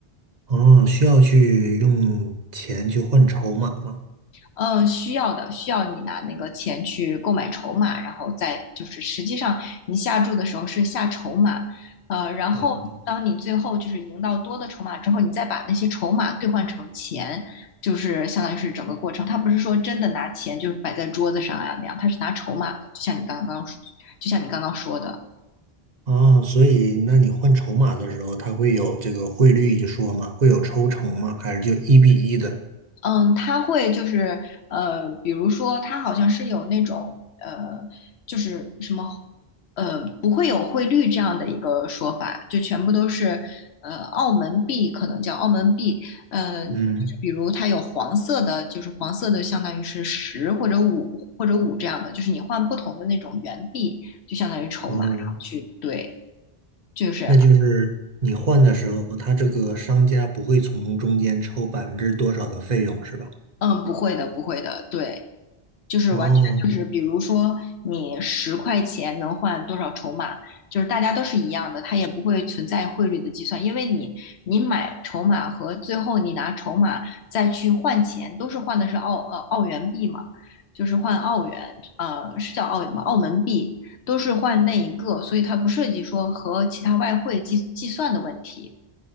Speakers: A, on the right; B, on the left.
A: 哦，需要去用钱去换筹码吗？
B: 嗯，需要的，需要你拿那个钱去购买筹码，然后再就是实际上你下注的时候是下筹码，呃，然后当你最后就是赢到多的筹码之后，
A: 哦，
B: 你再把那些筹码兑换成钱，就是相当于是整个过程。他不是说真的拿钱就是摆在桌子上啊那样，他是拿筹码的，就像你刚刚，就像你刚刚说的。
A: 哦，所以那你换筹码的时候，他会有这个汇率一说吗？会有抽成吗？还是就一比一的？
B: 嗯，他会就是呃，比如说他好像是有那种呃，就是什么呃，不会有汇率这样的一个说法，就全部都是呃澳门币，可能叫澳门币，呃，
A: 嗯，
B: 比如它有黄色的，就是黄色的相当于是十或者五或者五这样的，就是你换不同的那种元币，就相当于筹码，
A: 哦，
B: 然后去兑，就是
A: 那就是你换的时候，他这个商家不会从中间抽百分之多少的费用是吧？
B: 嗯，不会的，不会的，对。就是完全就是，
A: 哦，
B: 比如说你十块钱能换多少筹码，就是大家都是一样的，它也不会存在汇率的计算，因为你你买筹码和最后你拿筹码再去换钱，都是换的是澳呃澳元币嘛，就是换澳元，呃是叫澳元吧，澳门币都是换那一个，所以它不涉及说和其他外汇计计算的问题。